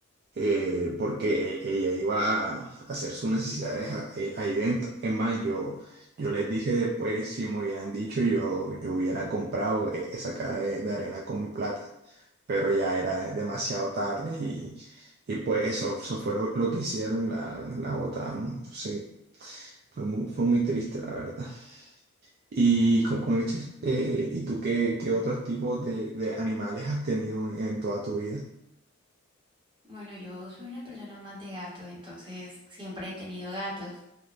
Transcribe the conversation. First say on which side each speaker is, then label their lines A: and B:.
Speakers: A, on the right; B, on the right.
A: eh, porque e- ella iba a hacer sus necesidades a- eh, ahí dentro. Es más, yo, yo les dije después, si me hubieran dicho, yo, yo hubiera comprado eh, esa caja de de arena con mi plata pero ya era demasiado tarde y, y pues eso, eso fue lo, lo que hicieron, la, la botaron. Entonces, fue muy, fue muy triste, la verdad. Y, con, con este- eh, ¿y tú qué, qué otros tipos de, de animales has tenido en, en toda tu vida?
B: Bueno, yo soy una persona más de gatos, entonces siempre he tenido gatos.